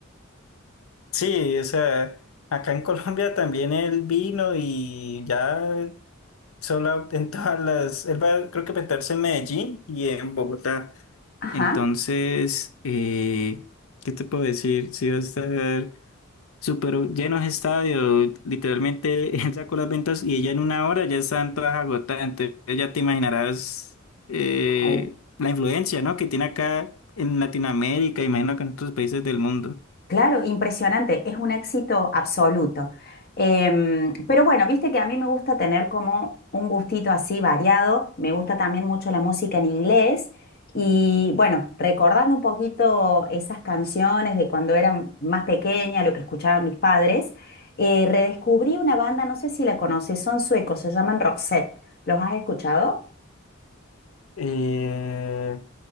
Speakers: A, on the left; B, on the left.
A: sí, o sea, acá en <laughs> Colombia también él vino y ya solo en todas las, él va, creo que a presentarse en Medellín y en Bogotá.
B: Ajá.
A: Entonces, eh, ¿qué te puedo decir? Sí va a estar súper llenos de estadio. Literalmente, <laughs> él sacó las ventas y ella en una hora ya están todas agotadas. Entonces, ya te imaginarás eh,
B: Au.
A: la influencia, ¿no? que tiene acá en Latinoamérica, imagino que en otros países del mundo.
B: Claro, impresionante. Es un éxito absoluto. Em, pero bueno, viste que a mí me gusta tener como un gustito así variado. Me gusta también mucho la música en inglés. Y bueno, recordando un poquito esas canciones de cuando era más pequeña, lo que escuchaban mis padres, eh, redescubrí una banda, no sé si la conoces, son suecos, se llaman Roxette. ¿Los has escuchado?
A: Eh,